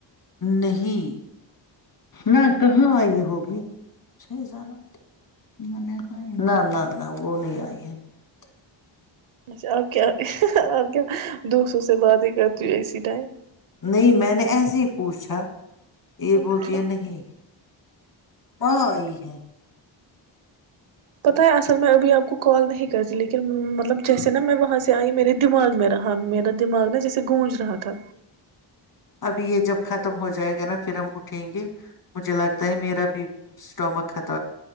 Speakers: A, on the left; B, on the right.
A: نہیں نہ کہاں آئی ہوگی صحیح جان نہ نہ نہ وہ نہیں آئی ہے شاید
B: اچھا آپ کیا آپ کیا دوستوں سے باتیں کرتی اسی ٹائم
A: نہیں میں نے ایسے ہی پوچھا یہ
B: اچھا
A: بولتییا نہیں ماں آئی ہے
B: پتہ ہے اصل میں ابھی آپ کو کال نہیں کرتی لیکن مطلب جیسے نا میں وہاں سے آئی میرے دماغ میں رہا میرا دماغ نا جیسے گونج رہا تھا
A: ابھی یہ جب ختم ہو جائے گا نا پھر ہم اٹھیں گے مجھے لگتا ہے میرا بھی اسٹامک خط